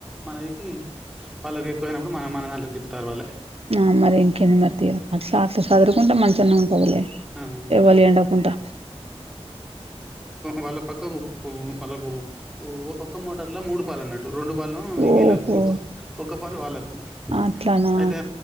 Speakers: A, in the centre; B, on the right.
A: మనకి <unintelligible> మా వాళ్లకు ఎక్కువ అయినప్పుడు మన దానిలోకి తిప్పుతారు వాళ్ళు
B: ఆ మరిం కింద మరిత కదా అట్లా అట్లా చదురుకుంటా మంచిన్న ఉంటుందిలే
A: ఆ
B: ఇవ్వాలి ఎండకుండా
A: వాళ్ల పక్క వాళ్లకు ఒక మోటర్ లో మూడు పాలు ఉన్నది రెండు పాలు
B: ఓహో
A: వీళ్ళకు ఒక ఒక్క పాలు వాళ్ళకు
B: అట్లానా
A: అయితే